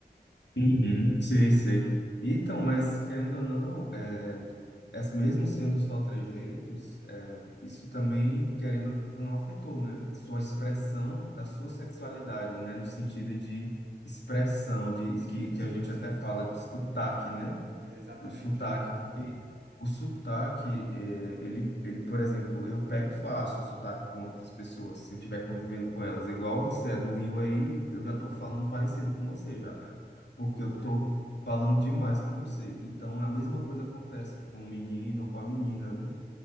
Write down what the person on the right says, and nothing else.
Sim,
sim,
sim,
sim,
sim.
Exatamente.